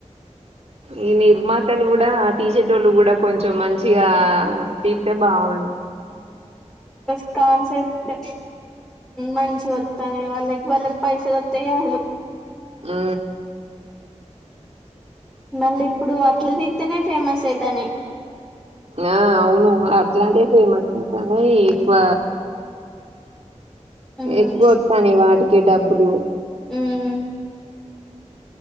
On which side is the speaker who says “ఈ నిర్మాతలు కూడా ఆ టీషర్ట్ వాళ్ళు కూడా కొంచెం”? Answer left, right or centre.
Right